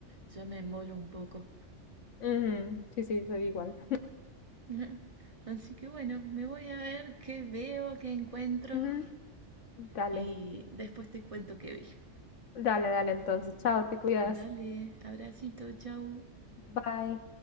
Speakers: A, on the right; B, on the left.
A: ya me embolo un poco.
B: ujú. Sí, sí, soy igual.
A: <laughs> Ujú. Así que bueno, me voy a ver qué veo, qué encuentro
B: Ujú. Dale,
A: y después te cuento qué vi.
B: dale, dale, entonces, chao, te cuidas.
A: Dale, abracito, chau.
B: Bye.